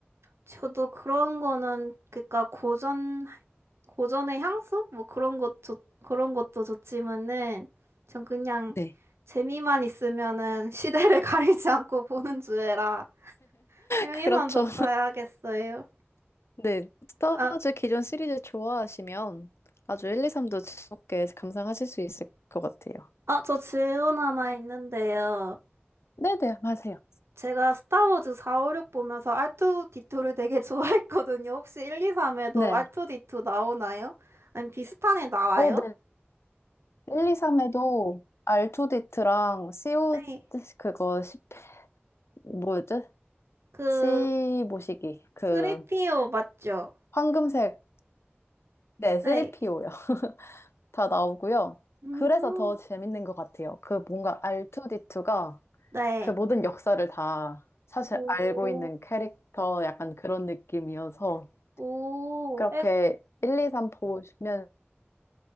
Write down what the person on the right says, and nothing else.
저도 그런 거는 그니까 고전 고전의 향수? 뭐 그런 것 좋, 그런 것도 좋지만은 전 그냥
재미만 있으면은 시대를 <laughs> 가리지 않고 보는 주애라 엘리선도
봐야겠어요.
아,
아, 저 질문 하나 있는데요.
제가 스타워즈 4, 5, 6 보면서 R2D2를 되게 <laughs> 좋아했거든요. 혹시 1, 2, 3에도
R2D2 나오나요? 아니, 비슷한 애 나와요?
네.
그,
3PO 맞죠?
네.
음,
네.
오,
오,
에,